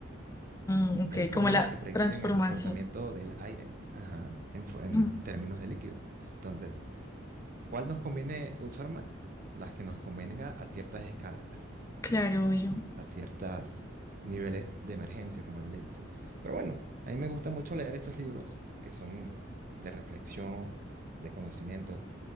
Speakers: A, on the left; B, on the right.
A: Mm, ok,
B: Hay fórmulas
A: como la
B: que predicen
A: transformación.
B: el comportamiento del aire, ajá, en, fu- en
A: Mm,
B: términos de líquido. Entonces, ¿cuál nos conviene usar más? Las que nos convenga a ciertas escalas,
A: Claro, obvio.
B: a ciertos niveles de emergencia, como él le dice. Pero bueno, a mí me gusta mucho leer esos libros que son de reflexión, de conocimiento,